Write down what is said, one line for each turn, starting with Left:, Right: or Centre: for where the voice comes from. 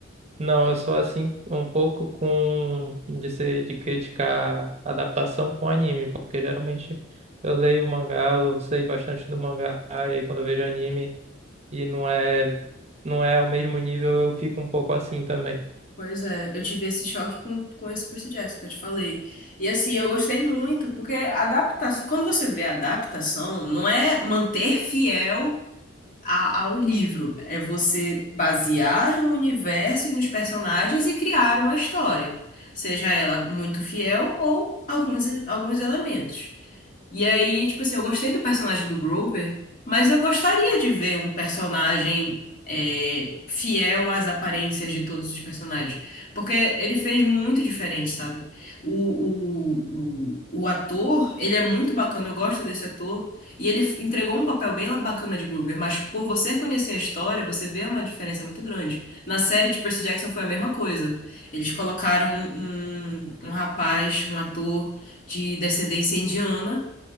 Right: não, eu sou assim um pouco com de ser, de criticar adaptação com anime, porque geralmente eu leio o mangá, eu sei bastante do mangá, e aí quando eu vejo anime e não é, não é o mesmo nível, eu fico um pouco assim também.
Left: Pois é, eu tive esse choque com, com esse Percy Jackson que eu te falei. E assim, eu gostei muito, porque adaptação, quando você vê adaptação, não é manter fiel a- ao livro, é você basear no universo e nos personagens e criar uma história, seja ela muito fiel ou alguns, alguns elementos. E aí, tipo assim, eu gostei do personagem do Grover, mas eu gostaria de ver um personagem é, fiel às aparências de todos os personagens. Porque ele fez muito diferente, sabe? O, o, o, o ator, ele é muito bacana, eu gosto desse ator. E ele f- entregou um papel bem bacana de Grover, mas por você conhecer a história, você vê uma diferença muito grande. Na série de Percy Jackson foi a mesma coisa. Eles colocaram um, um um rapaz, um ator de descendência indiana